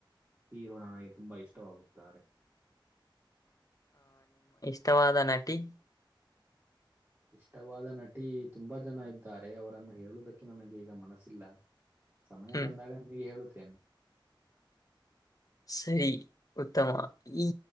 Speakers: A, on the right; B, on the left.
A: ಹೀರೋ ನನಗೆ ತುಂಬಾ ಇಷ್ಟವಾಗುತ್ತಾರೆ.
B: ಇಷ್ಟ ವಾದ ನಟಿ.
A: ಇಷ್ಟವಾದ ನಟಿ ತುಂಬಾ ಜನ ಇದ್ದಾರೆ ಅವರನ್ನು ಹೇಳುವುದಕ್ಕೆ ನನಗೆ ಈಗ ಮನಸ್ಸಿಲ್ಲ. ಸಮಯ
B: ಹ್ಮ್
A: ಬಂದಾಗ ನಿಮಗೆ ಹೇಳುತ್ತೇನೆ.
B: ಸರಿ ಉತ್ತಮ ಈ.